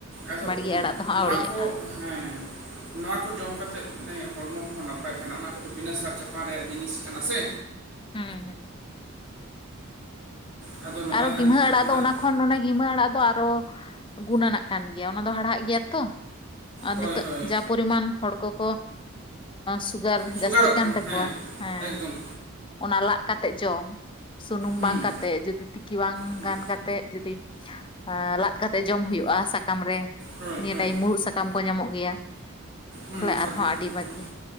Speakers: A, on the right (about 60°); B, on the left (about 25°).
A: ᱟᱫᱚ
B: ᱵᱟᱲᱜᱮ ᱟᱲᱟᱜ ᱫᱚ ᱦᱟᱸᱜ
A: ᱱᱚᱣᱟ
B: ᱟᱹᱣᱲᱤᱭᱟᱜᱼᱟ
A: ᱠᱚ ᱦᱮᱸ ᱱᱚᱣᱟ ᱠᱚ ᱡᱚᱢ ᱡᱚᱢ ᱠᱟᱛᱮ ᱦᱮᱸ ᱦᱚᱲᱢᱚ ᱠᱚ ᱱᱟᱯᱟᱭ ᱛᱟᱦᱮᱱᱟ ᱚᱱᱟ ᱠᱚᱫᱚ ᱵᱤᱱᱟᱹ ᱥᱟᱨ ᱪᱟᱥ ᱚᱠᱟ ᱨᱮᱭᱟᱜ ᱡᱤᱱᱤᱥ ᱠᱟᱱᱟ ᱥᱮ
B: ᱦᱮᱸ ᱦᱮᱸ
A: ᱟᱫᱚ ᱱᱚᱜᱼᱚᱭ
B: ᱟᱨ ᱦᱚ
A: ᱦᱟᱸᱜ
B: ᱜᱤᱢᱦᱟᱹ
A: ᱱᱤᱛᱚᱜ
B: ᱟᱲᱟᱜ ᱫᱚ
A: ᱦᱟᱸᱜ
B: ᱚᱱᱟ ᱠᱷᱚᱱ ᱜᱤᱢᱦᱟᱹ ᱟᱲᱟᱜ ᱫᱚ ᱛᱚ ᱟᱨᱚ ᱜᱩᱱᱟᱱᱹᱚᱜ ᱠᱟᱱ ᱜᱮᱭᱟ ᱚᱱᱟ ᱫᱚ ᱦᱟᱲᱦᱟᱫ ᱜᱮᱭᱟ ᱛᱚ ᱟᱨ
A: ᱦᱳᱭ
B: ᱱᱤᱛᱳᱜ
A: ᱦᱳᱭ
B: ᱡᱟ ᱯᱚᱨᱤᱢᱟᱱ ᱦᱚᱲ ᱠᱚᱠᱚ ᱥᱩᱜᱟᱨ
A: ᱥᱩᱜᱟᱨᱚᱜ
B: ᱡᱟᱹᱥᱛᱤᱜ ᱠᱟᱱ
A: ᱠᱟᱱᱟ
B: ᱛᱟᱠᱚᱣᱟ
A: ᱦᱮᱸ
B: ᱦᱮᱸ
A: ᱮᱠᱫᱚᱢ
B: ᱚᱱᱟ ᱞᱟᱜ ᱠᱟᱛᱮ ᱡᱚᱢ ᱥᱩᱱᱩᱢ
A: ᱦᱩᱸ
B: ᱵᱟᱝ ᱠᱟᱛᱮ ᱡᱩᱫᱤ ᱛᱤᱠᱤ ᱠᱮᱣ
A: ᱦᱩᱸ,
B: ᱜᱟᱱ ᱠᱟᱛᱮ ᱡᱩᱫᱤ ᱞᱟᱫ ᱠᱟᱛᱮ ᱡᱚᱢ ᱦᱩᱭᱩᱜᱼᱟ ᱥᱟᱠᱟᱢ ᱨᱮ
A: ᱦᱳᱭ
B: ᱱᱤᱭᱟᱹ
A: ᱦᱳᱭ
B: ᱴᱟᱭᱤᱢ ᱢᱩᱨᱩᱫ ᱥᱟᱠᱟᱢ ᱠᱚ ᱧᱟᱢᱚᱜ ᱜᱮᱭᱟ
A: ᱦᱩᱸ
B: ᱛᱟᱦᱚᱞᱮ
A: ᱥᱟᱨᱡᱚᱢ
B: ᱟᱨᱦᱚᱸ
A: ᱥᱟᱠᱟᱢ
B: ᱟᱹᱰᱤ ᱵᱟᱠᱤ
A: ᱠᱚ